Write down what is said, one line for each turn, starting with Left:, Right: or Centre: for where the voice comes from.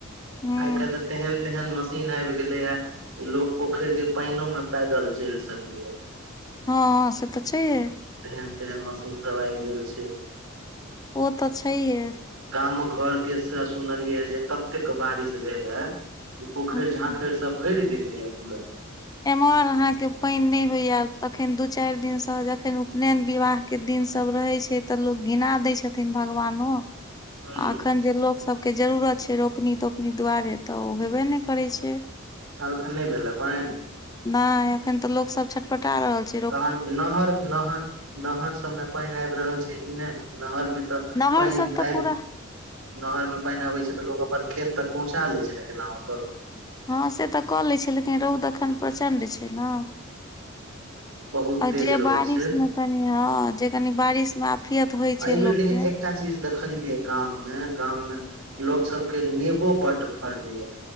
Left: हूं हँ
Right: आइ काल्हि तऽ तेहन तेहन मशीन आबि गेलैए लोकग पोखर के पानिोमे पैदल चलि सकैए
Left: हँ से तऽ छैे
Right: तेहन तेहन मसिन सब आबि गेल छैय
Left: ओ तऽ छैहे
Right: गाम घरके से सुनलियै जे ततेक बारिश भेल हए ई पोखर
Left: हूं
Right: झाखर सब भरि गेलै ये पूरा
Left: एम्हर अहाँ के पानि नहि होइयल तखन दू चारि दिन से जखन उपनयन विवाह के दिन सब रहै छै तऽ लोक घिना दै छथिन भगवानो आ
Right: ह
Left: अखन जे लोक सभके जरूरत छै रोपनी तोपनी दुआरे तऽ ओ होेबे नहि करै छै।
Right: तब एखन नहीं भेल हन पानी
Left: नहि एखन तऽ लोकसब छटपटा रहल छैय
Right: तहन नहर नहर नहर सबमे पानि आबि रहल छै कि नहि नहर मे। तऽ
Left: नहर
Right: पानि
Left: सब तऽ
Right: आब
Left: पूरा
Right: नहर मे पानि आबै छै तऽ लोग अपन। खेत तक पहुँचा ले छै ने केना हुं के
Left: हँ से तऽ कऽ लै छै लेकिन रौद एखन प्रचण्ड छै ने।
Right: बहुत तेज
Left: जे
Right: रौद
Left: बारिश
Right: छै
Left: मे कनि ह जे कनि बारिश मे। आफियत होइ
Right: एहिबेर
Left: छै लोक
Right: लेकिन
Left: के
Right: एकटा चीज देखलियै गाममे गाममे। लोकोग सब के नेबो बढ फ रले या।